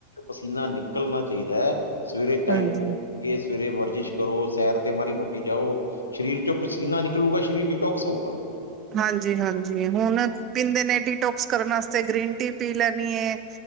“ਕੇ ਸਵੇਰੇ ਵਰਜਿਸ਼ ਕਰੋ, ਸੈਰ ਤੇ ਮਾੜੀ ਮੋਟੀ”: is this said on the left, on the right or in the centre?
Left